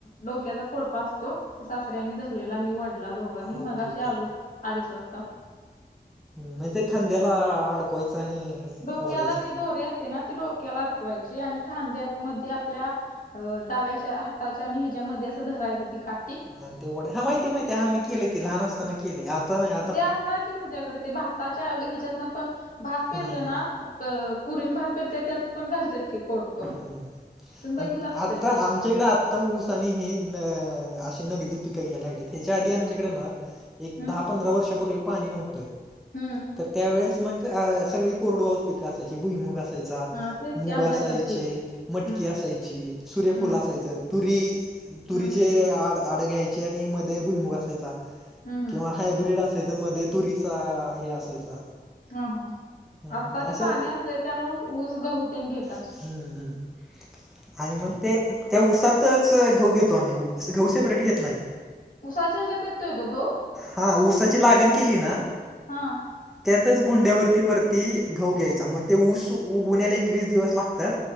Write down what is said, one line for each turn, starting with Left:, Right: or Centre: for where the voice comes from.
Left: डोक्याचा पोळपा असतो, ते सासऱ्यांनी धरलेला. मी वडला दोघांनी
Centre: हम्म.
Left: मगाशी
Centre: ओके ओके
Left: आलो. अडीच वाजता.
Centre: म ते खांद्याला अडकवायचं आणि
Left: डोक्याला
Centre: ओढायचं
Left: ती दोरी असते ना, ती डोक्याला अडकवायची आणि खांद्यात मधी आपल्या अ डाव्याच्या हाताच्या आणि ह्याच्यामध्ये असं धरायचं ती का
Centre: आणि तेवढ्या हा माहिती माहिती हा आम्ही केले ती लहान असताना केले आता नाय
Left: ते असणार की तुमच्याकडे ते भाताच्या ह्याच्यातनं पण भात पेरलं
Centre: हम्म
Left: ना त कुरीन भात पेरते त्यात पण घालतात की कोळप तुम्ही
Centre: हम्म
Left: बघितलं
Centre: आम-
Left: असतील
Centre: आता
Left: की.
Centre: आमच्याकडे आत्ता ऊस आणि हे न असे नगदी पिकं घ्यायला लागलेत. ह्याच्या आधी आमच्याकडं ना एक
Left: हम्म
Centre: दहा, पंधरा वर्षापूर्वी पाणी नव्हतं.
Left: हम्म
Centre: तर त्यावेेळेस मग सगळी कोरडवाहूच पिक असायची. भुईमुग असायचा,
Left: हा तेच
Centre: मुग
Left: की आमच्यासारखी
Centre: असाय चे,
Left: हम्म
Centre: मटकी असायची, सूर्यफुल
Left: हम्म
Centre: असायचं, तुरी तुरीचे
Left: हम्म
Centre: आड आड घ्यायचे आणि मध्ये भुईमुख असायचा.
Left: हम्म हम्म
Centre: किंवा हायब्रीड असायचं. मध्ये तुरीचा हे असायचा
Left: हा हा,
Centre: हम्म
Left: आत्ता ते
Centre: असे
Left: पाणी असल्याच्या मुळं ऊस, गहू तेन घेतात.
Centre: हम्म हम्म आणि मग ते त्या ऊसातच घऊ घेतो आम्ही. घऊ सेपरेट घेत नाही.
Left: उसाच्या ह्याज्यात येतोय तो घऊ?
Centre: हा, ऊसाची लागण केली ना
Left: हा.
Centre: त्यातच भुंड्यावरती वरती घऊ घ्यायचा. मग ते ऊस उगवण्याला एकवीस दिवस लागतात.